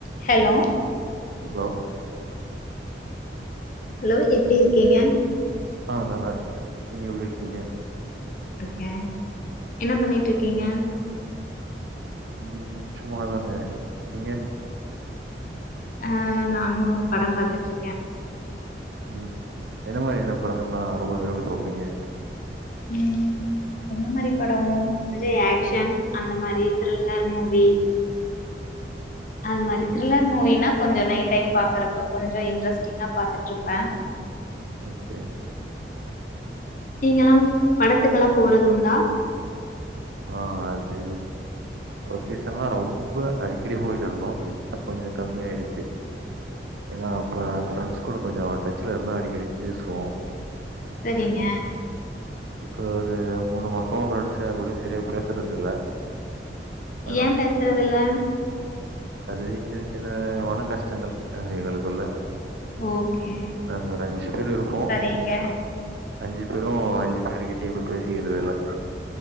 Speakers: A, on the left (about 45°); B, on the right (about 70°).
A: Hello
B: hello
A: hello எப்டி இருக்கீங்க?
B: ஆஹ் நல்லா இருக்கங்க. நீங்க எப்டி இருக்கீங்க?
A: க என்ன பண்ணிட்டிருக்கீங்க?
B: உம் சும்மாதாங்க நீங்க
A: அஹ் நானு படம் பாத்துட்டு இருக்கே
B: உம் என்ன மாதிரியான படங்கள் லா ரொம்ப விரும்பி பாப்பீங்க
A: உம் எந்த மாரி படம் விஜய் ஆக்சன் அந்த மாரி த்ரில்லர் மூவி அது மாதிரி த்ரில்லர் மூவினா கொஞ்ச நைட் டைம் பாக்குறப்ப கொஞ்ச இன்ட்ரெஸ்டிங்கா பாத்துட்டு இருப்பே
B: ஓகே
A: நீங்கெல்லாம்
B: ம்
A: படத்துக்கெல்லா போறதுண்டா
B: ஆ அது ஒரு சீசன்லா ரொம்ப அடிக்கடி போயிட்டு இருந்தோம் இப்ப கொஞ்சோ கம்மியாயிடுச்சு, ஏன்னா அப்ப ஃப்ரண்ட்ஸ் கூட கொஞ்சோ டச்ல இருந்த அடிக்கடி பேசுவோம்
A: சரிங்க
B: இப்ப ஒரு மூணு மாசோ ஃப்ரண்ட்ஸ் யாரு கூடயு சரியா பேசுறது இல்ல அதனால
A: ஏன் பேசுறதுல்ல
B: அது சின்ன சின்ன மன கஷ்டங்கள் அ எங்களுக்குள்ள
A: ஓகே
B: நாங்க ஒரு அஞ்சு பேர் இருப்போம்,
A: சரிங்க
B: இங்க அஞ்சு பேரும் அஞ்சு பேருக்கிட்டயும் குட் பேசிக்கிறதில்ல.